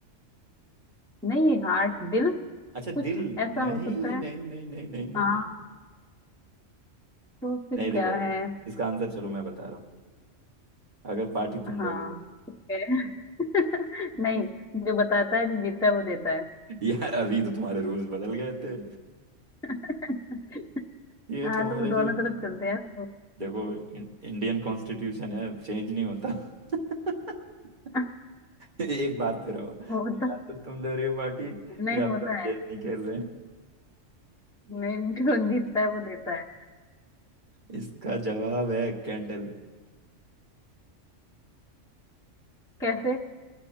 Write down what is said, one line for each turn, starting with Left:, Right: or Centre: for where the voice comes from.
Centre: <laughs> नहीं हार्ट दिल
Right: अच्छा
Centre: कुछ
Right: दिल
Centre: ऐसा
Right: नहीं
Centre: हो सकता है
Right: नहीं नहीं नहीं नहीं नहीं
Centre: हाँ
Right: नहीं
Centre: तो फिर
Right: नहीं देखो
Centre: क्या है
Right: इसका आंसर चलो मैं बता रहा हूँ अगर पार्टी तुम
Centre: हाँ
Right: दोगे तो
Centre: ठीक है <laughs> नहीं
Right: <laughs>
Centre: जो बताता है जो जीतता है वो देता है
Right: यार अभी तो तुम्हारे रूल्स बदल गए थे
Centre: <laughs>
Right: ये
Centre: हाँ
Right: तुम्हारे
Centre: तो वो दोनों
Right: जो
Centre: तरफ चलते हैं ना, तो
Right: देखो इं- इंडियन कॉन्स्टिट्यूशन है चेंज नहीं होता <laughs>
Centre: <laughs>
Right: एक बात पे रहो
Centre: होता
Right: या तो तुम दे रही हो पार्टी
Centre: नहीं
Right: या
Centre: होता
Right: फिर हम
Centre: है
Right: गेम नहीं खेल रहे
Centre: नहीं जो जीतता
Right: <laughs>
Centre: है वो देता है
Right: इसका जवाब है कैंडल
Centre: कैसे